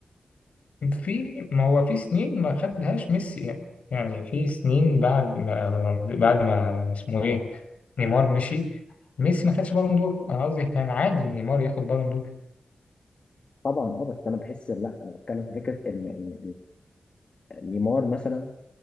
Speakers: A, on the left (about 75°); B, on the left (about 50°).
A: في ما هو في سنين ما خدهاش ميسي يعني يعني في سنين بعد ما بعد ما اسمه ايه نيمار مشي ميسي ما خدش بالون دور انا قصدي كان عادي نيمار ياخد بالون دور
B: طبعا اه بس انا بحس لا انا بتكلم في فكره ان ان إن نيمار مثلا